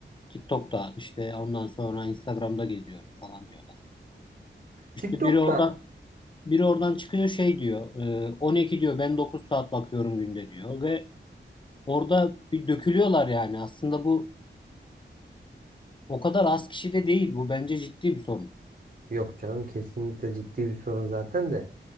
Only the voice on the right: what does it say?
TikTok'ta
yok canım kesinlikle ciddi bir sorun zaten de.